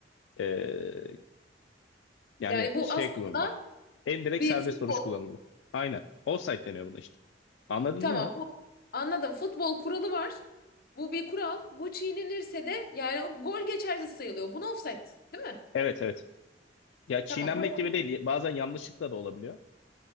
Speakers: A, on the left; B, on the left.
A: Ee, yani
B: Yani bu
A: şey
B: aslında
A: kullanılıyor. En direkt
B: bir
A: serbest
B: futbol.
A: vuruş kullanılıyor. Aynen. Offside deniyor buna işte. Anladın
B: Tamam.
A: değil mi?
B: Bu anladım. Futbol kuralı var. Bu bir kural. Bu çiğnenirse de yani gol geçersiz sayılıyor. Buna offside, değil mi?
A: Evet evet. Ya çiğnenmek
B: Tamam. Buraya.
A: gibi değil. Bazen yanlışlıkla da olabiliyor.